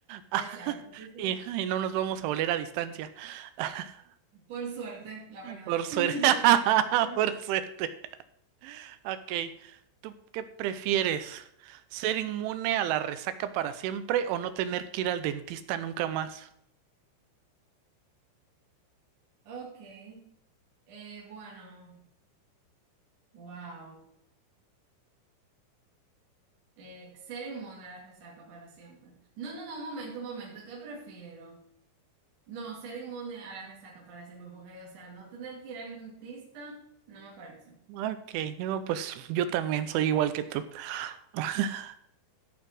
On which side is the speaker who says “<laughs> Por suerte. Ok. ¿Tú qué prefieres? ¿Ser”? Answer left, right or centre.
Right